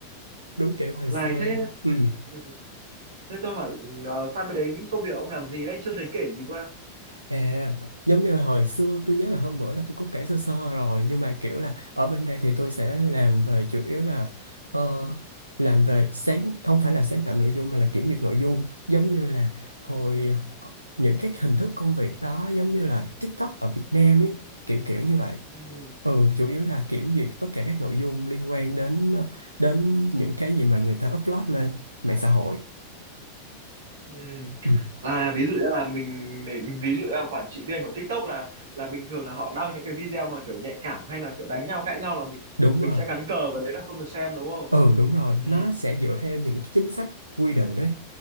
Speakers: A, on the right (about 85°); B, on the right (about 65°).
A: đúng kiểu hồi
B: này
A: xưa
B: thế
A: ừ.
B: ừ, thế tôi hỏi ờ, sang bên đấy những công việc ông làm gì đấy chưa thấy kể gì qua
A: À, giống như hồi xưa tôi nhớ là hôm bữa là tôi có kể sơ sơ rồi nhưng mà kiểu là ở bên đây thì tôi sẽ làm về chủ yếu là ờ, làm về sáng không phải là sáng tạo nội dung mà là kiểm duyệt nội dung giống như là hồi ờ, những cái hình thức công việc đó giống như là TikTok ở Việt Nam ấy kiểu kiểu như vậy
B: ừ,
A: ừ chủ yếu là kiểm duyệt tất cả các nội dung liên quan đến ờ, đến những cái gì mà người ta upload lên mạng xã hội
B: ừ.
A: Ừ,
B: à ví dụ như là mình, mình ví dụ như là quản trị viên của TikTok là là bình thường là họ đăng những cái video mà kiểu nhạy cảm hay là kiểu đánh nhau cãi nhau là mình
A: đúng
B: mình
A: rồi
B: sẽ cắn cờ với đấy là không được xem đúng không
A: ừ đúng rồi
B: ừ
A: nó sẽ dựa theo những cái chính sách quy định đấy